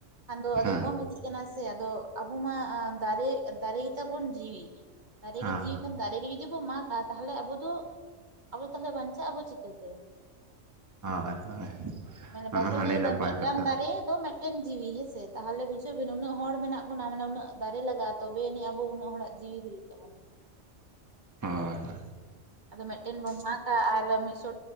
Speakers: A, on the right; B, on the right.
A: ᱠᱷᱟᱱ ᱫᱚ ᱟᱫᱚ
B: ᱦᱮᱸ
A: ᱠᱚᱢ ᱤᱫᱤ ᱥᱮ ᱟᱫᱚ ᱟᱵᱚ ᱢᱟ ᱫᱟᱨᱮ ᱫᱟᱨᱮ ᱜᱮᱛᱟᱵᱚᱱ ᱡᱤᱣᱤ ᱫᱟᱨᱮ
B: ᱦᱮᱸ
A: ᱜᱮ ᱡᱤᱣᱤ
B: ᱦᱮᱸ
A: ᱠᱷᱟᱱ ᱫᱟᱨᱮ ᱡᱩᱫᱤ ᱵᱚ ᱢᱟᱜᱟ ᱛᱟᱦᱚᱞᱮ ᱟᱵᱚ ᱫᱚ ᱟᱵᱚ ᱫᱚ ᱛᱟᱦᱚᱞᱮ ᱵᱟᱧᱪᱟᱜᱼᱟᱵᱚ ᱪᱤᱠᱟᱹᱛᱮ
B: ᱦᱳᱭ ᱦᱳᱭ
A: ᱢᱟᱱᱮ ᱵᱟᱠᱚ
B: ᱚᱱᱟ ᱦᱚᱸ
A: ᱞᱤᱫᱟᱹᱭᱤ
B: ᱟᱹᱰᱤ
A: ᱠᱮᱫᱟ
B: ᱱᱟᱯᱟᱭ
A: ᱢᱤᱫᱴᱟᱝ
B: ᱠᱟᱛᱷᱟ
A: ᱫᱟᱨᱮ ᱫᱟᱝ ᱢᱤᱫᱴᱮᱱ ᱡᱤᱣᱤ ᱦᱮᱸᱥᱮ ᱛᱟᱦᱚᱞᱮ ᱵᱩᱡᱷᱟᱹᱜ ᱵᱤᱱ ᱩᱱᱟᱹᱜ ᱦᱚᱲ ᱢᱮᱱᱟᱜ ᱵᱚ ᱢᱟᱱᱮ ᱩᱱᱟᱹᱜ ᱫᱟᱨᱮ ᱞᱟᱜᱟᱜᱼᱟ ᱛᱚᱵᱮ ᱟᱹᱱᱤᱡ ᱟᱵᱚ ᱩᱱᱟᱹᱜ ᱦᱚᱲᱟᱜ ᱡᱤᱣᱤ ᱦᱩᱭᱩᱜ ᱛᱟᱵᱚᱱᱟ
B: ᱦᱳᱭ ᱦᱳᱭ
A: ᱟᱫᱚ ᱢᱤᱫᱴᱮᱱ ᱵᱚᱢ ᱢᱟᱜᱟ ᱟᱨ ᱢᱤᱫ ᱥᱚ